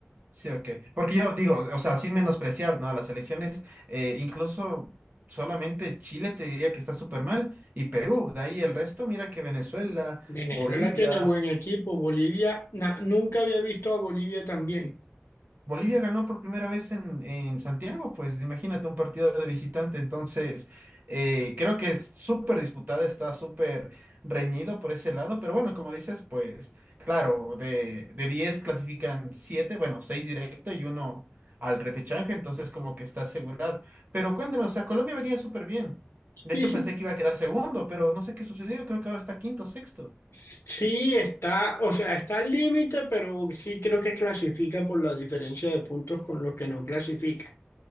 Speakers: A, on the right; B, on the left.
A: sí o qué, porque yo digo, o sea, sin menospreciar, ¿no? A las elecciones, eh, incluso solamente Chile te diría que está súper mal y Perú, de ahí el resto, mira que Venezuela,
B: Venezuela
A: Bolivia.
B: tiene buen equipo. Bolivia, na- nunca había visto a Bolivia tan bien. <laughs>
A: Bolivia ganó por primera vez en, en Santiago, pues imagínate un partido de visitante, entonces eh, creo que es súper disputada, está súper reñido por ese lado, pero bueno, como dices, pues claro, de, de 10 clasifican 7, bueno, 6 directo y uno al repechaje, entonces como que está asegurado. Pero cuéntame, o sea, Colombia venía súper bien. De
B: Y
A: hecho, pensé que iba a quedar segundo, pero no sé qué sucedió, creo que ahora está quinto, sexto.
B: sí está, o sea, está al límite, pero sí creo que clasifica por la diferencia de puntos con los que no clasifica.